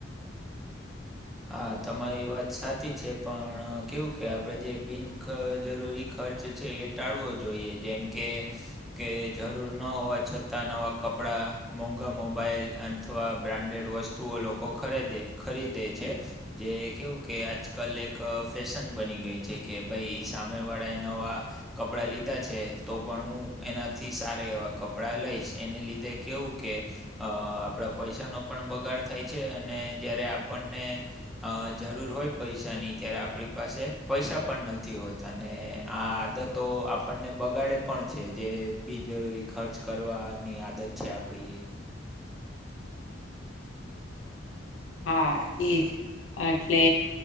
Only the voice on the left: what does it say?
હા ઈજ આટલે